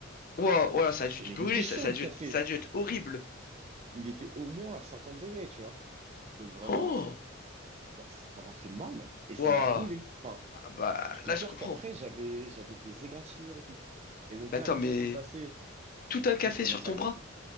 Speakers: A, on the left; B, on the right.
A: Ouah, ouah, ça a dû
B: Et
A: te
B: il
A: brûler,
B: était chaud
A: ça, ça a
B: le
A: dû,
B: café,
A: être- ça a dû être horrible.
B: il était au moins à 50 degrés, tu vois. Donc vraiment,
A: Oh,
B: ça ça m'a fait mal et ça
A: ouah,
B: m'a brûlé. Enfin,
A: Ah, bah
B: je te
A: là
B: jure
A: je comprends.
B: qu'après, j'avais, j'avais des égratignures et tout. Et donc
A: Mais
B: là,
A: attends,
B: qu'est-ce
A: mais
B: qui s'est passé?
A: tout un
B: Donc
A: café
B: là, je commence
A: sur ton
B: à...
A: bras,